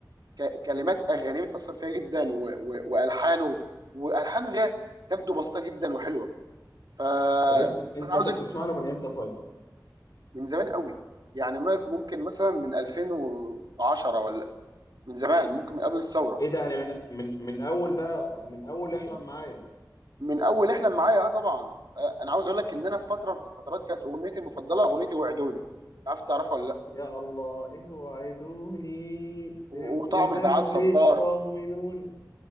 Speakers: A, on the right; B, on the left.
A: ك- كلمات أغانيه بتأثر فيها جدا و- و- وألحانه وألحانه ليها تبدو بسيطة جدا وحلوة ف...
B: طب انت ان-
A: فأنا عاوزك
B: انت بتسمع له من امتى طيب؟
A: من زمان قوي يعني ما- ممكن مثلا من 2010 ولا من زمان ممكن من قبل الثورة
B: ايه ده يعني من من من اول بقى من اول احلم معايا
A: من أول احلم معايا اه طبعا آه، أنا عاوز أقول لك إن
B: مم.
A: أنا في فترة من الفترات كانت أغنيتي المفضلة أغنيتي وعدوني عارف تعرفها ولا لأ
B: يا الله ايه وعدوني
A: و-
B: تبقوا
A: وطعم
B: جنبي
A: البعاد صبار
B: تطمنوني